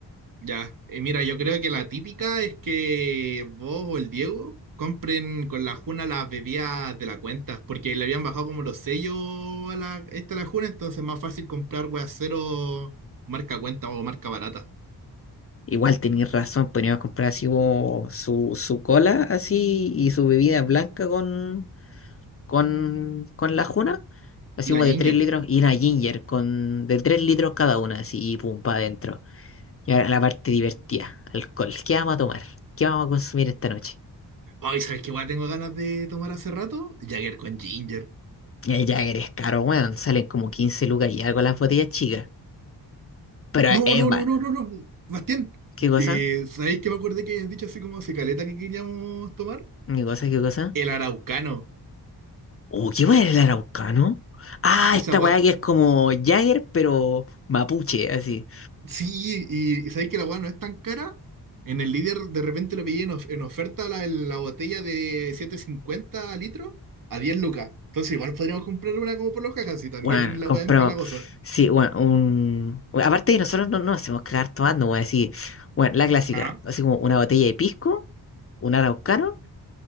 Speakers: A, on the right; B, on the left.
A: Ya, Eh, mira, yo creo que la típica es que vos o el Diego compren con la Juna las bebidas de la cuenta, porque le habían bajado como los sellos a la, esta a la Juna, entonces es más fácil comprar weas cero marca cuenta o marca barata.
B: Igual tenéis razón, podríamos comprar así como su, su cola así y su bebida blanca con, con, con la juna, así
A: Y la
B: como
A: Ginger.
B: de 3 litros y una ginger con de 3 litros cada una, así y pum, para adentro. Y ahora la parte divertida, alcohol. ¿Qué vamos a tomar? ¿Qué vamos a consumir esta noche?
A: Ay, ¿sabes qué wea tengo ganas de tomar hace rato? Jagger con Ginger.
B: Y el Jagger es caro, weón, salen como 15 lucas y algo las botellas chicas. Pero
A: No,
B: eh, Emma
A: no, no, no, no, no, Bastián.
B: ¿qué cosa?
A: Eh, ¿sabéis que me acordé que habían dicho así como se caleta que queríamos tomar?
B: ¿Qué cosa? ¿Qué cosa?
A: El Araucano.
B: Oh, ¿qué weá era el araucano? Ah,
A: Esa
B: esta
A: gua-
B: weá que es como Jagger, pero mapuche, así.
A: Sí, y, sabéis que la weá no es tan cara. En el líder de repente lo pillé en, of- en oferta la, la botella de siete cincuenta litros a 10 lucas. Entonces igual podríamos comprar una como por los cajas y también
B: Bueno,
A: la
B: compramos.
A: weá es empalagosa.
B: Sí, bueno, un. bueno, aparte que nosotros no no nos hacemos cagar tomando, weón, así. Bueno, la clásica,
A: Ah,
B: así como una botella de pisco, un araucano,